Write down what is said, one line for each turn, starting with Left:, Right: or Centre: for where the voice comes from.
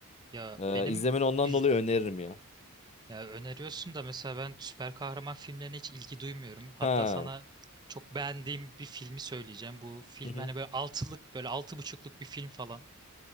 Right: ya
Left: E,
Right: benim
Left: izlemeni ondan
Right: il
Left: dolayı öneririm ya.
Right: ya öneriyorsun da mesela ben süper kahraman filmlerine hiç ilgi duymuyorum. Hatta
Left: Ha.
Right: sana çok beğendiğim bir filmi söyleyeceğim. Bu film
Left: Hı hı.
Right: hani böyle altılık böyle altı buçukluk bir film falan.